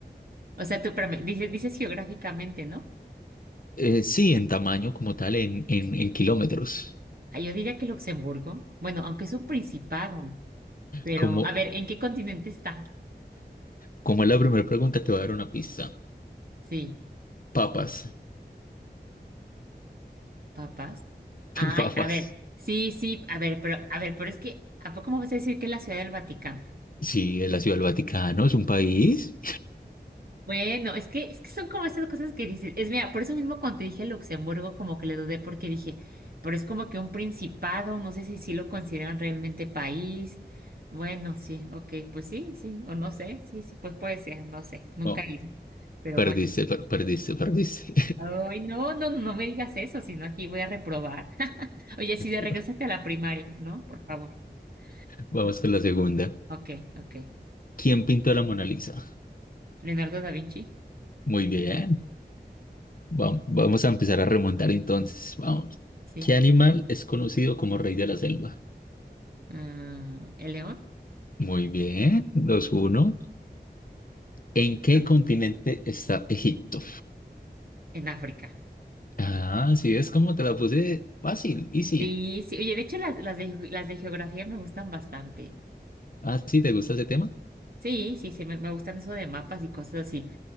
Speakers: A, on the right; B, on the left.
A: O sea, tú, espérame, dices, dices geográficamente, ¿no?
B: Eh, sí, en tamaño como tal, en, en, en kilómetros.
A: Ah, Yo diría que Luxemburgo. Bueno, aunque es un principado, pero
B: Como,
A: a ver, ¿en qué continente está?
B: como es la primera pregunta, te voy a dar una pista.
A: Sí,
B: Papas,
A: papas. Ay,
B: <laughs> papas.
A: a ver, sí, sí, a ver, pero, a ver, pero es que, ¿a poco me vas a decir que es la Ciudad del Vaticano?
B: Sí, es la Ciudad del Vaticano, es un país.
A: Bueno, es que, es que son como esas cosas que dicen. Es mira, por eso mismo cuando te dije Luxemburgo, como que le dudé porque dije, pero es como que un principado, no sé si sí lo consideran realmente país. Bueno, sí, ok, pues sí, sí, o no sé, sí, sí, pues puede ser, no sé, nunca
B: Oh,
A: he ido, pero
B: perdiste,
A: bueno.
B: per- perdiste, perdiste.
A: Ay, no, no, no, no me digas eso, sino aquí voy a reprobar. <laughs> Oye, sí,
B: <laughs>
A: de regrésate a la primaria, ¿no? Por favor,
B: Vamos
A: ¿no?
B: con la segunda.
A: Ok, ok.
B: ¿Quién pintó la Mona Lisa?
A: Leonardo da Vinci,
B: Muy bien. Va- vamos a empezar a remontar entonces. Vamos.
A: sí.
B: ¿Qué animal es conocido como rey de la selva?
A: Ah, ¿el león?
B: Muy bien, dos uno. ¿En qué
A: ¿No?
B: continente está Egipto?
A: En África.
B: Ah, sí, es como te la puse fácil, easy.
A: Sí, sí. Oye, de hecho las, las de, las de geografía me gustan bastante.
B: Ah, sí, ¿te gusta ese tema?
A: Sí, sí, sí, me, me gustan eso de mapas y cosas así.